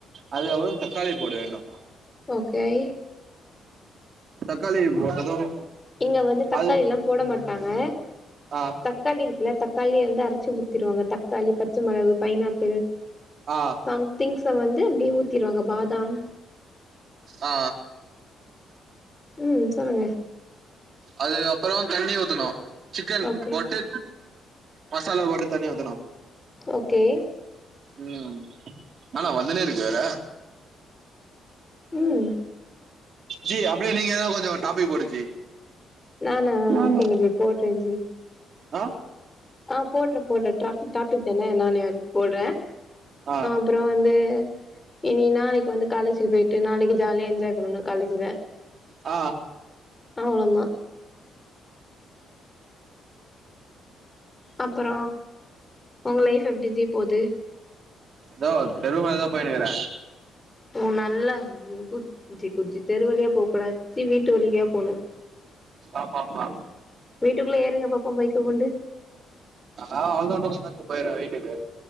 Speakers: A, on the right; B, on the left.
A: அதுக்கபுறம் தக்காளி போட வேண்டும்
B: ஓகேஐ
A: தக்காளியை போட்டதும்
B: இங்க வந்து தக்காளிலா
A: அது
B: போட மாட்டாங்க
A: ஆ
B: தக்காளி இல்ல தக்காளிய வந்து அரச்சு ஊத்திருவாங்க தக்காளி பச்ச மிளவு பைனாப்பிள்
A: ஆ
B: சம்திங்ஸ வந்து அப்டி ஊத்திருவாங்க பாதாம்
A: ஆ
B: ம் சொல்லுங்க
A: அது அப்புறோ தண்ணி ஊத்தனு சிக்கன்
B: ஓகே
A: போட்டு மசாலா போட்டு தண்ணீ ஊத்தணு
B: ஓகே
A: ம் ஆனா வந்துனே இருக்குது வேற
B: ம்
A: ஜி அப்படியே நீங்க எதானா கொஞ்சோ டாபிக் போடு ஜி
B: நானா
A: நானு
B: ஓகேங்க ஜி போடுறே ஜி
A: ஆ
B: ஆ போட்ற போட்ற <unintelligible> டாபிக் தானே நானே போட்றே
A: ஆ
B: அப்புற வந்து இனி நாளைக்கு வந்து காலேஜுக்கு போயிட்டு நாளைக்கு ஜாலியா என்ஜாய் பண்ணனு காலேஜ்ல
A: ஆ
B: அவ்ளோந்தா அப்புற உங்க லைஃப் எப்டி ஜி போது
A: தோ தெரு மொனைக்குதா பொய்னுக்கிற
B: ஓ நல்லா குட் ஜி குட் ஜி தெரு வழியா போக்கூடாதுனு வீட்டு வழியா போன
A: ஆமாமா
B: வீட்டுக்குள்ள ஏறுங்க பாப்போ பைக்க கொண்டு
A: ஆ அவ்ளதா இன்னு கொஞ்ச நேரத்துல போய்ருவ வீட்டுக்கு